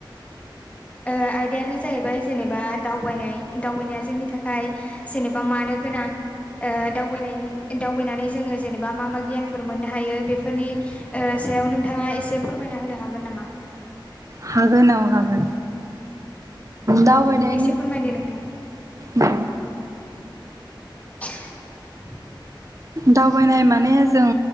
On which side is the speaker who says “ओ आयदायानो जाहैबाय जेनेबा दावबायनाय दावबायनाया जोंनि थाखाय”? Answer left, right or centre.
Left